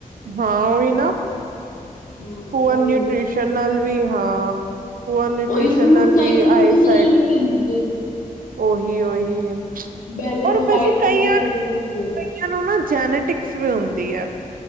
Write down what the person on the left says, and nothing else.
ਹਾਂ
ਉਹੀ
ਉਹੀ ਫੂਡ
ਸਾਈਕਲ
ਪੂਰੀ ਚਲਾਣੀ
ਪੈਂਦੀ ਹੈ
ਬੈਲੈਂਸ
ਡਾਇਟ
ਪੂਰੀ
ਕਰਨੀ
ਪੈਂਦੀ ਹੈ।